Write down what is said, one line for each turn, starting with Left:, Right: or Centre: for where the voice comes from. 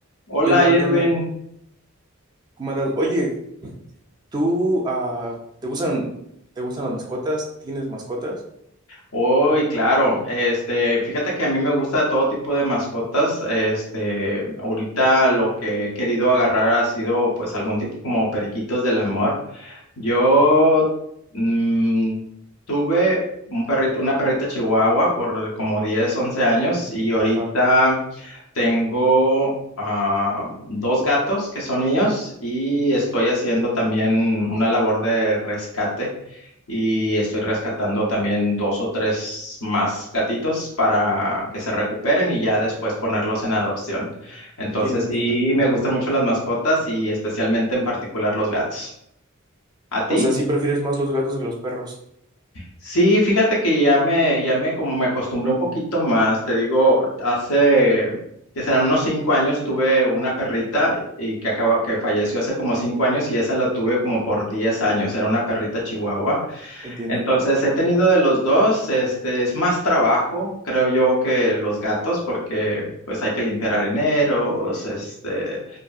Left: Hola
Right: ¿Qué onda?
Left: Irving.
Right: ¿Qué onda? ¿Cómo andas? Oye, ¿tú ah, te gustan te gustan las mascotas? ¿Tienes mascotas?
Left: Hoy, claro, este, fíjate que a mí me gusta todo tipo de mascotas. Este, ahorita lo que he querido agarrar ha sido pues algún tipo como periquitos del amor. Yo mm, tuve un perrito, una perrita chihuahua por como 10, 11 años y ahorita
Right: Ajá,
Left: tengo ah, dos gatos que son míos y estoy haciendo también una labor de rescate y estoy rescatando también dos o tres más gatitos para que se recuperen y ya después ponerlos en adopción. Entonces,
Right: entiendo, entiendo.
Left: sí, me gustan mucho las mascotas y especialmente en particular los gatos. ¿A ti?
Right: O sea, sí prefieres más los gatos que los perros.
Left: Sí, fíjate que ya me, ya me, como me acostumbré un poquito más, te digo, hace, que serán unos cinco años, tuve una perrita y que acaba, que falleció hace como cinco años y esa la tuve como por diez años, era una perrita chihuahua
Right: Entiendo.
Left: Entonces, he tenido de los dos, este, es más trabajo, creo yo, que los gatos, porque pues hay que limpiar areneros, este,